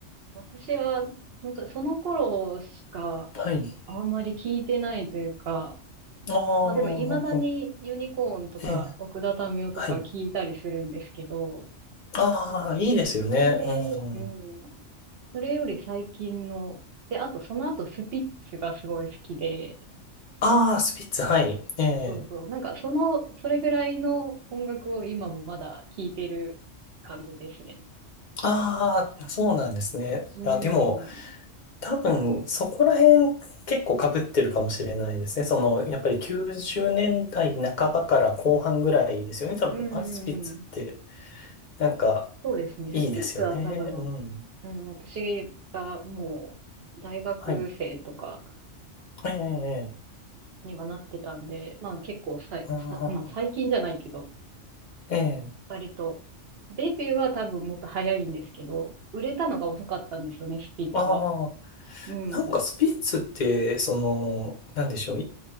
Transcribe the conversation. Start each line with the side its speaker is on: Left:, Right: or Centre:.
Right: 私は、本当その頃しか、
Left: はい。
Right: あんまり聞いてないというか、
Left: ああ、
Right: まあでも未だにユニコーンとか奥田民生とか聞いたりするんですけど、
Left: ええ、はい。ああ、
Right: なんかそ、
Left: いいですよね。
Right: それで、
Left: うん。
Right: うん、それより最近の、で、あとその後スピッツがすごい好きで、
Left: ああ、スピッツ、はい。ええ。
Right: そうそう、なんかその、それぐらいの音楽を今もまだ聞いてる感じですね。
Left: ああ、そうなんですね。
Right: うん、
Left: いや、でも、
Right: うん、
Left: 多分、そこら辺結構被ってるかもしれないですね。その、やっぱり90年代半ばから後半ぐらいですよね。多分、
Right: うん、
Left: アスピッツって、
Right: うん
Left: なんか、
Right: ですね。
Left: いいですよね。
Right: スピッツは多分、
Left: うん。
Right: うん、私がもう大学生とか、
Left: はい。ええ、ええ、
Right: にはなってたんで、まあ結構さい、
Left: あ
Right: さ、まあ最近じゃないけど、
Left: あ、ええ、
Right: 割と、デビューは多分もっと早いんですけど、売れたのが遅かったんですよね、スピッツは。
Left: ああ。
Right: うん。
Left: なんかスピッツって、
Right: うん
Left: その、なんでしょう。い